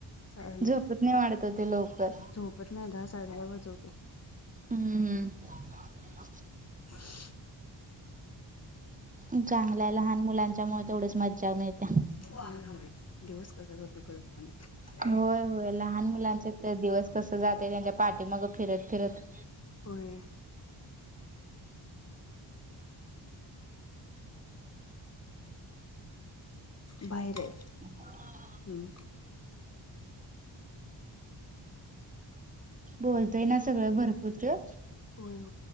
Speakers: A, on the left (about 35°); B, on the right (about 15°).
A: चालू
B: झोपत नाही वाटतं तो लवकर.
A: झोपत नाही. दहा- साडे दहा वाजवतंय.
B: हम्म हम्.
A: <unintelligible>
B: चांगलय लहान मुलांच्यामुळे तेवढीच मज्जा मिळत्या.
A: होय होय... दिवस कसा जातोय कळत पण नाही
B: होय होय लहान मुलांच्यात तर दिवस कसा जातोय त्यांच्या पाठीमागं फिरत फिरत....
A: होय. बाहेर आहे.
B: <inaudible>
A: हम्म.
B: बोलतय ना सगळं भरपूर त्यो.
A: होय.